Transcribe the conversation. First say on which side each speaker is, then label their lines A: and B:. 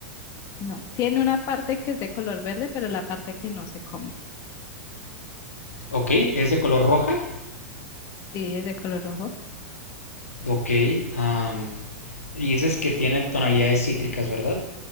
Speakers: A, on the left; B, on the left.
A: No, tiene una parte que es de color verde, pero la parte que no se come.
B: Ok. ¿Es de color roja?
A: Sí, es de color rojo.
B: Ok. am, y dices que tiene tonalidades cítricas, ¿verdad?